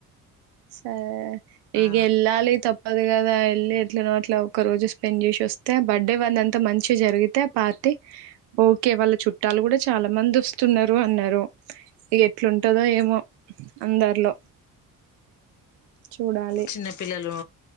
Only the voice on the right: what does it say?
సరే
ఈగ ఎల్లాలి తప్పదు గదా ఎల్లి ఎట్లనో అట్ల ఒక్క రోజు స్పెండ్ చేసి వొస్తే బర్త్డే వాళ్లంతా మంచిగా జరిగితే పార్టీ ఓకే వాళ్ళ చుట్టాలు గుడా చాలా మంది వొస్తున్నారు అన్నారు ఇగ ఎట్లుంటందో ఏమో అందరిలో చూడాలి